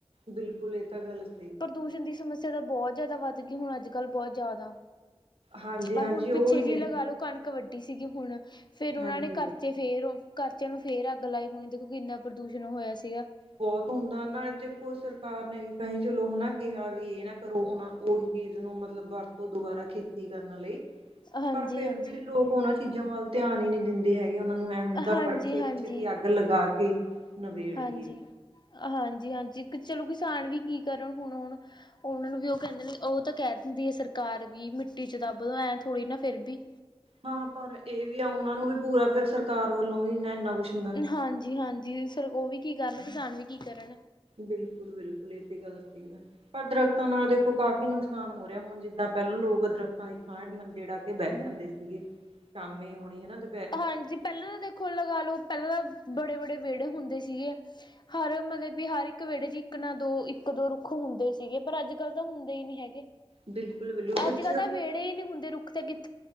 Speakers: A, on the right; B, on the left.
A: ਬਿਲਕੁਲ ਇਹ ਤਾਂ ਗਲਤ
B: ਪ੍ਰਦੂਸ਼ਣ ਦੀ ਸਮੱਸਿਆ ਤਾਂ, ਬਹੁਤ ਜ਼ਿਆਦਾ ਵੱਧ ਗਈ ਹੁਣ, ਅੱਜ-ਕੱਲ੍ਹ ਬਹੁਤ ਜ਼ਿਆਦਾ।
A: ਹਾਂਜੀ
B: ਆਹ,
A: ਹਾਂਜੀ
B: ਹੁਣ
A: ਉਹੀ
B: ਪਿੱਛੇ ਜਿਹੇ
A: ਹੈ
B: ਲਗਾ ਲਉ, ਕਣਕ ਵੱਢੀ ਸੀਗੀ ਹੁਣ, ਫਿਰ ਉਹਨਾਂ
A: ਹਾਂਜੀ
B: ਨੇ ਘਰ ਤੇ ਫੇਰ, ਉਹ ਕਰਚਿਆਂ ਨੂੰ ਫੇਰ ਅੱਗ ਲਾਈ ਹੋੁਣੀ ਦੇਖੋ ਕਿੰਨਾ, ਪ੍ਰਦੂਸ਼ਣ ਹੋਇਆ ਸੀਗਾ
A: ਬਹੁਤ ਹੁੰਦਾ ਨਾ, ਦੇਖੋ, ਸਰਕਾਰ ਨੇ ਵੀ, ਕਹੀ ਚਲੋ ਹਨਾ, ਕਿਹਾ ਵੀ, ਇਹ ਨਾ ਕਰੋ, ਉਹ ਨਾ ਉਹੀ ਚੀਜ਼ ਨੂੰ ਮਤਲਬ, ਵਰਤੋਂ, ਦੁਬਾਰਾ ਖੇਤੀ ਕਰਨ ਲਈ।
B: ਹਾਂਜੀ-ਹਾਂਜੀ,
A: ਪਰ ਫਿਰ, ਫਿਰ ਲੋਕ ਉਹਨਾਂ ਚੀਜ਼ਾਂ ਵੱਲ, ਧਿਆਨ ਹੀ ਨੀ ਦਿੰਦੇ। ਦਿੰਦੇ ਹੈਗੇ। ਉਹਨਾਂ ਨੂੰ ਐਹ ਹੁੰਦਾ
B: ਹਾਂਜੀ-ਹਾਂਜੀ।
A: ਫਰ ਛੇ, ਛੇਤੀ ਅੱਗ ਲਗਾ ਕੇ ਨਿਬੇੜ
B: ਹਾਂਜੀ-ਹਾਂਜੀ-ਹਾਂਜੀ,
A: ਦੀਏ
B: ਚਲੋ ਕਿਸਾਨ ਵੀ ਕੀ ਕਰਨ ਹੁਣ-ਹੁਣ ਉਹਨਾਂ ਨੂੰ ਵੀ, ਉਹ ਕਹਿੰਦੇ ਨੇ, ਉਹ ਤਾਂ ਕਹਿ ਦਿੰਦੀ ਹੈ, ਸਰਕਾਰ ਵੀ ਮਿੱਟੀ ਚ ਦੱਬ ਦੋ ਐਂ ਥੋੜ੍ਹੀ ਨਾ, ਫੇਰ ਬੀ
A: ਹਾਂ ਪਰ ਇਹ ਵੀ ਆ, ਉਹਨਾਂ ਨੂੰ ਵੀ ਪੂਰਾ ਫੇਰ ਸਰਕਾਰ ਵੱਲੋਂ ਵੀ, ਇੰਨਾ -ਇੰਨਾ ਕੁਛ।
B: ਹਾਂਜੀ -ਹਾਂਜੀ, ਸਰ, ਉਹ ਵੀ ਕੀ ਕਰਨ। ਕਿਸਾਨ ਵੀ ਕੀ ਕਰਨ।
A: ਬਿਲਕੁਲਬਿਲਕੁਲ ਇਹ ਤੇ ਗੱਲ ਸਹੀ ਹੈ। ਪਰ ਦਰੱਖਤਾਂ ਨਾਲ ਦੇਖੋ, ਕਾਫ਼ੀ ਨੁਕਸਾਨ ਹੋ ਰਿਹਾ, ਹੁਣ ਜਿੱਦਾਂ ਪਹਿਲਾਂ ਲੋਕ ਦਰਖਤਾਂ ਦੀ ਥਾਂ ਮੰਜੇ ਡਾ ਕੇ ਬਹਿ ਜਾਂਦੇ ਸੀਗੇ, ਸ਼ਾਮੀ ਹੁਣੀ ਹਨਾ, ਦ
B: ਹਾਂਜੀ, ਪਹਿਲਾਂ ਤਾਂ ਦੇਖੋ, ਲਗਾ ਲਉ ਪਹਿਲਾਂ ਬੜੇ - ਬੜੇ ਵਿਹੜੇ ਹੁੰਦੇ ਸੀਗੇ। ਹਰ ਮਤਲਬ ਕਿ ਹਰ ਇੱਕ ਵਿਹੜੇ ਚ ਇੱਕ ਨਾ ਦੋ ਇੱਕ ਦੋ ਰੁੱਖ ਹੁੰਦੇ ਸੀਗੇ ਪਰ ਅੱਜ-ਕੱਲ੍ਹ ਤਾਂ ਹੁੰਦੇ ਹੀ ਨਹੀਂ ਹੈਗੇ।
A: ਬਿਲਕੁਲ ਬਿਲਕੁਲ
B: ਅੱਜ
A: ਕੁਛ
B: - ਕੱਲ ਤਾਂ ਵਿਹੜੇ ਹੀ, ਨਹੀਂ ਹੁੰਦੇ ਰੁੱਖ ਤੇ ਕਿਤ